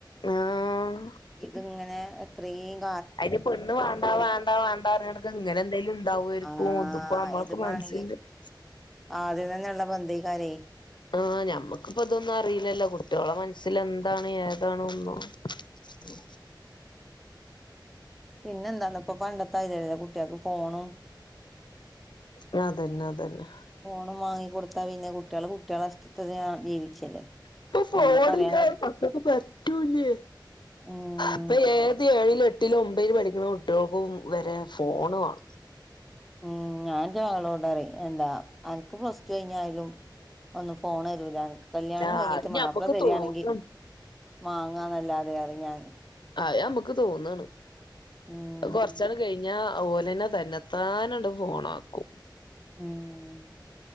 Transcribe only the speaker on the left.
ആഹ്
അതിനു പെണ്ണ് വേണ്ടാ വേണ്ടാ വേണ്ടാ പറഞ്ഞെട്ക്ക് ഇങ്ങനെ എന്തേലും ഉണ്ടാവുമായിരിക്കും
ഇതിപ്പോ മ്മക്ക്
നമ്മൾക്ക് മ <unintelligible>
ആഹ് ഞമ്മക്കിപ്പ ഇതൊന്നും അറിയില്ലല്ലോ കുട്ടികളെ മനസ്സിൽ എന്താണ് ഏതാണ് ഒന്നും ഉ
മ് അതന്നെ അതന്നെ
ഇപ്പൊ ഫോണില്ലാതെ
മക്കൾക്ക് പറ്റൂല്ലേ
ഇപ്പ ഏത് ഏഴിലും എട്ട് ഇപ്പൊ അതിന് ഒമ്പത്തിൽ പഠിക്കുന്ന കുട്ടികൾക്കും വരെ ഫോൺ വേണം
ആഹ്
അത് ഞമ്മക്ക്
തോന്നും
ആഹ നമുക്ക് തോന്നാണ്
കൊറച്ച കഴിഞ്ഞ അതുപോലെന്നെ തന്നെത്താനണ്ട് ഫോണ ആക്കും